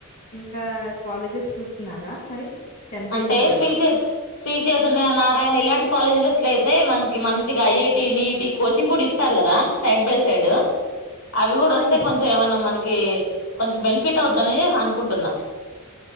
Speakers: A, on the left; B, on the left.
A: ఇంకా కాలేజెస్ చూస్తున్నారా మరి టెన్త్
B: అంటే
A: అయిపోయింది కదా
B: శ్రీచ శ్రీచైతన్య నారాయణ ఇలాంటి కాలేజీలో సి ట్లయితే మనకి మంచిగా ఐఐటి నీటి కోచింగ్ కూడా ఇస్తారు కదా సైడ్ బై సైడ్ అవి కూడా
A: ఆ
B: వస్తే
A: ఇస్
B: కొంచెం ఏమన్నా మనకి కొంచెం బెనిఫిట్ అవుద్దని అనుకుంటున్నా